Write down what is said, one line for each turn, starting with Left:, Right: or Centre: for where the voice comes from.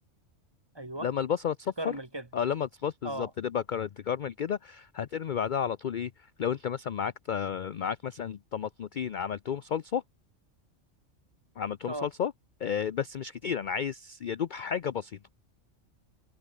Right: ايوه
Left: لما البصله تصفر
Right: تكرمل كده
Left: او لما تصبص بالظبط
Right: اه
Left: تبقى كر- تكرمل كده هترمي بعدها على طول ايه لو انت مثلا معاك ت- معاك مثلا طماطمتين عملتهم صلصه عملتهم
Right: اه
Left: صلصه آه، بس مش كتير انا عايز يا دوب حاجه بسيطه